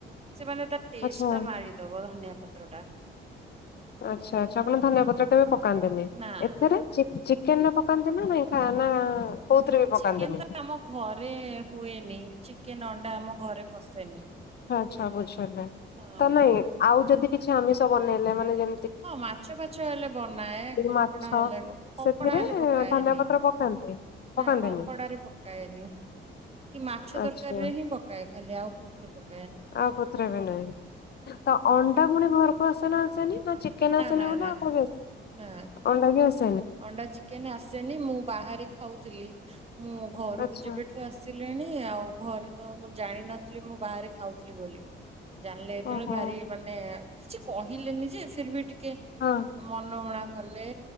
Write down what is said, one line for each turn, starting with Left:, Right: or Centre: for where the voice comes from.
Right: ସେମାନେ ତା ଟେଷ୍ଟ
Left: ଆଚ୍ଛା।
Right: ଟା ମାରିଦବ ଧନିଆ ପତ୍ ପତ୍ରଟା
Left: ଆଛା ଆଚ୍ଛା ଆପଣ ଧନିଆ ପତ୍ର ଟା ବି ପକାନ୍ତିନି।
Right: ନା
Left: ଏଥିରେ ଚି ଚିକେନରେ ପକାନ୍ତି ନା ନାଇଁ ଖା ନା। କୋଉଥିରେ ବି ପକାନ୍ତିନି?
Right: ଚିକେନ ତ ଆମ ଘରେ ହୁଏ। ନି ଚି ଚିକେନ ଅଣ୍ଡା ଆମ ଘରେ ପଶେନି।
Left: ସୁବୁଛି।
Right: ହଁ
Left: ତ ନାଇଁ ଆଉ ଯଦି କିଛି ଆମିଷ ବନେଇଲେ ମାନେ ଯେ
Right: ହଁ ମାଛ ଫାଛ ହେଲେ ବନାଏ କଙ୍କଡା
Left: ମାଛ
Right: ହେଲେ କଙ୍କଡା
Left: ସେଥିରେ
Right: ହେଲେ ପକାଏନି
Left: ଧନିଆ ପତ୍ର ପକାନ୍ତି ପକାନ୍ତିନି?
Right: ନା କଙ୍କଡରେ ପକାଏନି କି ମାଛ
Left: ଆଚ୍ଛା
Right: ଦରକାର ରେ ହିଁ ପକାଏ ଖାଲି ଆଉ କଉତରେ। <unintelligible>
Left: ଆଉ କଥା ରେ ବି ନାହିଁ ତ ଅ ପୁଣି ଘରକୁ ଆସନା ଆସେନି । ନା ଚିକେନ ଆସୁନି
Right: ନା
Left: ବୋଲି
Right: ନା ନା
Left: ଅଣ୍ଡା ବି ଆସ
Right: ଅଣ୍ଡା ଚି ଚିକେନ୍ ଆସେନି ମୁଁ ବାହାରେ ଖାଉଥିଲି। ମୁଁ ଘରକୁ
Left: ଆଚ୍ଛା
Right: ଯେବେଠୁ ଆସିଲିଣି ଆଉ ଘରେ ତ ମୁଁ ଜାଣିନଥିଲି ମୁଁ ବାହାରେ ଖାଉଥିଲି ବୋଲି। ଜାଣିଲେ ଏତେବେଳେ
Left: ଓହୋ
Right: ଭାରି ମାନେ କିଛି କହିଲେନି ଯେ ଫିର ବି ଟି ଟିକେ
Left: ହଁ
Right: ମନମୁଣା କଲେ।